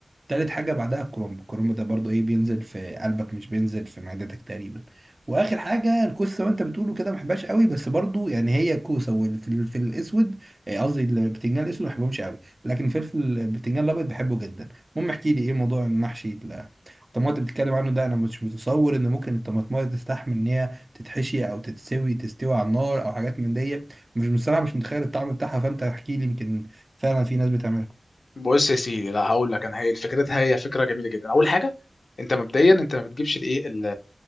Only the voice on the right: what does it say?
تالت حاجة بعدها الكرنب الكرنب ده برضو ايه بينزل في قلبك مش بينزل في معدتك تقريبا واخر حاجة الكوسة وانت بتقوله كده ما بحبهاش قوي بس برضو يعني هي كوسة والفلفل في الاسود آه، قصدي البتنجان الاسود ما بحبهمش قوي لكن الفلفل البتنجان الابيض بحبه جدا المهم احكي لي ايه موضوع المحشي ال- الطماطم اللي بتتكلم عنه ده انا مش متصور ان ممكن الطماطمايه تستحمل ان هي تتحشي او تتسوي تستوي على النار او حاجات من دي مش بصراحة مش متخيل الطعم بتاعها فانت احكي لي يمكن فعلا في ناس بتعملها